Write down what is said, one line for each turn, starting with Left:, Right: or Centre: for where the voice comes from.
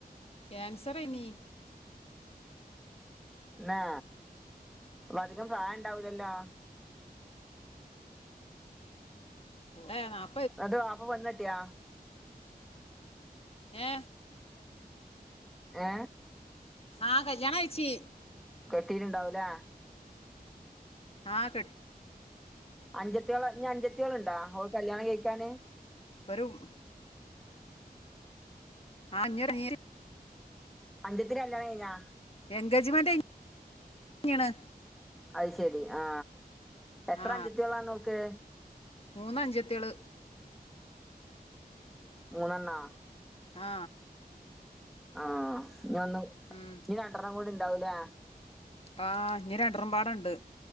Left: ക്യാൻസർ എയ്നീ
Centre: ന്നെ അപ്പൊ അധികം പ്രായം ഇണ്ടാവൂലല്ലോ
Left: ണ്ടെ നാപ്
Centre: എന്ന്ട്ട് വാപ്പ പെണ്ണ് കെട്ടിയ
Left: ഏ
Centre: ഏ
Left: ആ കല്യാണം കഴിച്ച്
Centre: കെട്ടിട്ടുണ്ടാവൂലേ
Left: ആ കെ <unintelligible>
Centre: അഞ്ചത്തിയാള് ഇഞ്ഞ് അഞ്ചത്തിയോള്ണ്ടോ ഓൾക്ക് കല്യാണം കഴിക്കാന്
Left: പെറും ആ ന്നൊര് അ
Centre: അഞ്ചത്തിന്റെ കല്യാണ്ണം കഴിഞ്ഞാ
Left: എൻഗേജ്മെന്റ് ഞ്ഞ് ണ്
Centre: അഹ് ശരി ആ എത്ര
Left: ആ
Centre: അഞ്ചത്തിയോളാണ് ഓൾക്ക്
Left: മൂന്ന് അഞ്ചത്തിള്
Centre: മൂന്നണ്ണാ
Left: ആ
Centre: ആ ഇഞ്ഞ് ഒന്ന്
Left: ഉം
Centre: ഇഞ്ഞ് രണ്ടെണ്ണം കൂടി ണ്ടാവൂലേ
Left: ആ ഇഞ്ഞ് രണ്ടറും പാടണ്ട്